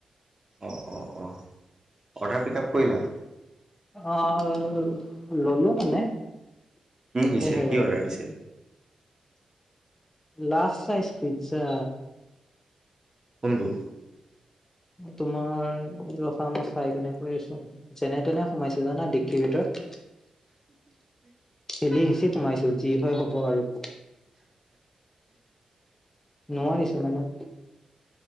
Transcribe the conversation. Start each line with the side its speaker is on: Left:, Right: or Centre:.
Right: অ' অ' অ' অৰ্ডাৰ পিক আপ কৰিলা
Left: অ' ললো মানে
Right: কি দিছে
Left: সেহে
Right: কি অৰ্ডাৰ দিছে
Left: লাৰ্জ চাইজ পিজ্জা
Right: কোনটো
Left: তোমাৰ ৰখা মই চাই কেনে কৰি আছো যেনে তেনে সোমাইছিল জানা ক্ৰিকেটত, ঠেলি হেঁচি সোমাইছিল। যি হয় হব আৰু নোৱাৰিছো মানে